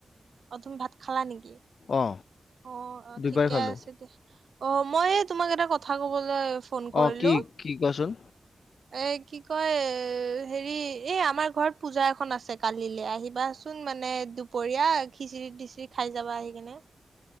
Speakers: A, on the right; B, on the left.
A: অ তুমি ভাত খালা নেকি?
B: অ
A: অৱ
B: দুপৰীয়া
A: ঠিকে
B: খালো
A: আছে দে। অ মই এই তোমাক এটা কথা ক'বলৈ ফোন কৰিলোঁ।
B: অ কি কি কোৱাচোন
A: এ কি কয় হেৰি এই আমাৰ ঘৰত পূজা এখন আছে কালিলৈ আহিবা চোন। চোন মানে দুপৰীয়া খিচিৰি টিচিৰি খাই যাবা আহি কিনে।